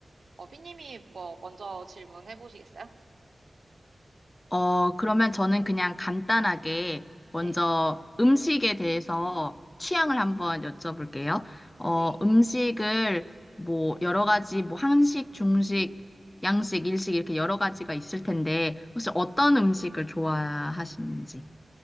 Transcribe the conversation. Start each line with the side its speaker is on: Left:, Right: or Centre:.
Right: 어, 삐님이 뭐, 먼저 질문해보시겠어요?
Left: 어, 그러면 저는 그냥 간단하게 먼저
Right: 네,
Left: 음식에 대해서 취향을 한번 여쭤볼게요. 어,
Right: 네.
Left: 음식을 뭐 여러 가지 뭐 한식, 중식, 양식, 일식 이렇게 여러 가지가 있을 텐데 혹시
Right: 음,
Left: 어떤 음식을 좋아하시는지.